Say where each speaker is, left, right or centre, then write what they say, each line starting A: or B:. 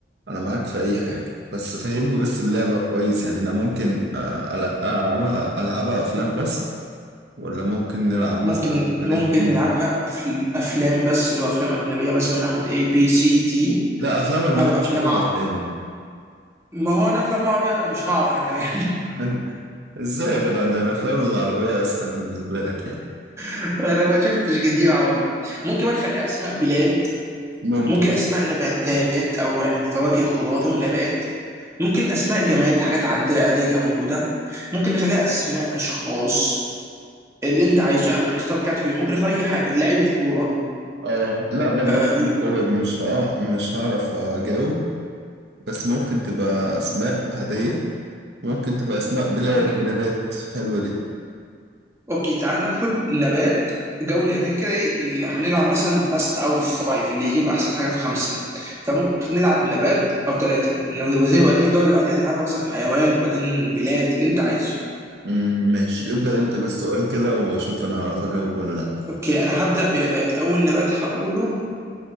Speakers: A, on the right (about 70°); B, on the right (about 15°).
A: أنا معاك في أي حاجة بس فهمني بس اللعبة كويس يعني أنا ممكن آه، ألع- ألعبها ألعبها أفلام بس ولا ممكن نلعب مثلا
B: ممكن
A: حاجات
B: ممكن
A: تانية؟
B: نلعبها أفل... أفلام بس اللي هو أفلام أجنبية مثلا وناخد A B C D
A: لا أفلام أجنبية
B: أو أفلام
A: مش حافظ
B: ع...
A: أسامي
B: ما هو أنا أفلام عربية أنا مش هعرف أنا كمان
A: <laughs> أنت- إزاي يا جدع ده الأفلام العربية أسهل بالنسبة لك يعني
B: <laughs> أنا ما شفتش كتير عربي ممكن بقى نخليها أسماء بلاد
A: ممكن
B: ممكن اسماء نباتات او يعني فواكه خضروات هم نبات ممكن اسماء جماد حاجات عندنا عاديه كده موجوده ممكن نخليها اسماء اشخاص اللي انت عايزه يعني ممكن نختار كاتيجوري ممكن نختار اي حاجه لعيبه كوره
A: اه لا برضه
B: آه،
A: الكورة مش ها مش هعرف أجاوب بس ممكن تبقى أسماء هدية ممكن تبقى أسماء بلاد
B: اوكي
A: ونبات حلوة دي
B: اوكي تعال ناخد نبات جوله احنا كده كده ايه اللي هنلعب مثلا باست اوت اوف فايف اللي يجيب احسن حاجه في خمسه فممكن نلعب نبات او ثلاثه وبعدين وبعدين الجوله اللي بعديها نلعبها مثلا حيوان وبعدين بلاد اللي انت عايزه
A: مم، ماشي ابدأ أنت بالسؤال كده وأشوف أنا هعرف أجاوب ولا لأ
B: اوكي انا هبدا بنبات اول نبات هقوله